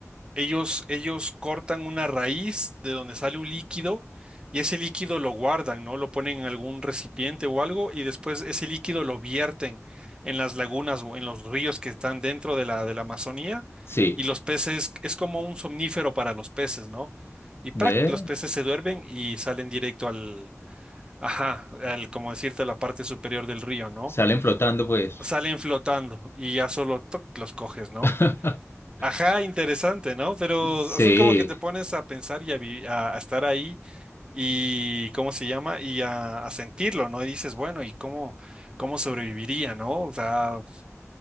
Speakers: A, on the right (about 20°); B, on the left (about 50°).
A: Ellos, ellos cortan una raíz de donde sale un líquido y ese líquido lo guardan, ¿no? Lo ponen en algún recipiente o algo y después ese líquido lo vierten en las lagunas o en los ríos que están dentro de la, de la Amazonía
B: sí,
A: y los peces, es como un somnífero para los peces, ¿no? Y ¡prac!
B: ve,
A: los peces se duermen y salen directo al, ajá, al, como decirte, a la parte superior del río, ¿no?
B: salen flotando pues.
A: Salen flotando y ya solo ¡toc! los coges, ¿no?
B: <laughs>
A: Ajá, interesante, ¿no? Pero,
B: Sí,
A: o sea, es como que te pones a pensar y a, vi- a- a estar ahí y, ¿cómo se llama? Y a, a sentirlo, ¿no? Y dices, bueno, ¿y cómo, cómo sobreviviría, ¿no? O sea,